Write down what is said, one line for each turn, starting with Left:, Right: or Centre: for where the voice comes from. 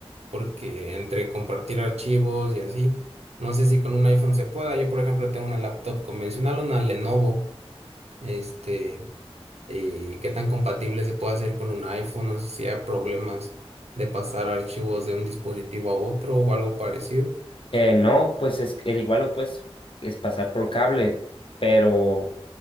Right: porque entre compartir archivos y así, no sé si con un iPhone se pueda. Yo, por ejemplo, tengo una laptop convencional, una Lenovo, este, y qué tan compatible se puede hacer con un iPhone, no sé si hay problemas de pasar archivos de un dispositivo a otro o algo parecido.
Left: Eh, no, pues es el igual o pues es pasar por cable, pero